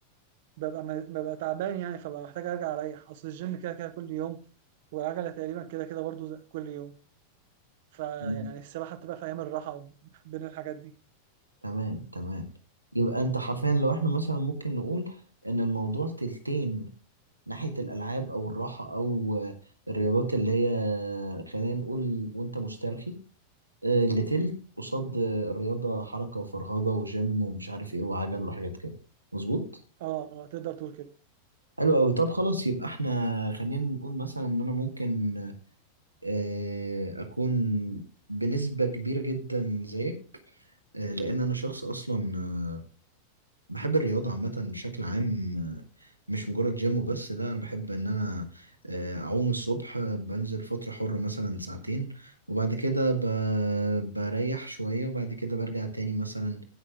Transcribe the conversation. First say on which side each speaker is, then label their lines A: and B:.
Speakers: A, on the right; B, on the right.
A: ببقى ببقى تعبان يعني فببقى محتاج ارجع اريح اصل الجيم كده كده كل يوم والعجله تقريبا كده كده برضو زي- كل يوم فيعني
B: مم.
A: السباحة بتبقى في أيام الراحة بين الحاجات دي
B: تمام تمام يبقى انت حرفيا لو احنا مثلا ممكن نقول ان الموضوع تلتين ناحية الالعاب او الراحة او آه، الرياضات اللي هي آه، خلينا نقول وانت مسترخي آه، اللي تلت قصاد آه، الرياضة حركة وفرهضة وجيم ومش عارف ايه وعجل وحاجات كده مظبوط
A: اه اه تقدر تقول كده
B: حلو قوي طب خلاص يبقى احنا خلينا نقول مثلا ان انا ممكن آه، اكون بنسبة كبيرة جدا زيك آه، لان انا شخص اصلا آه، بحب الرياضة عامة بشكل عام آه، مش مجرد جيم وبس لا أنا بحب إن أنا آه، أعوم الصبح آه، بنزل فترة حرة مثلا ساعتين وبعد كده ب- بريح شوية وبعد كده برجع تاني مثلا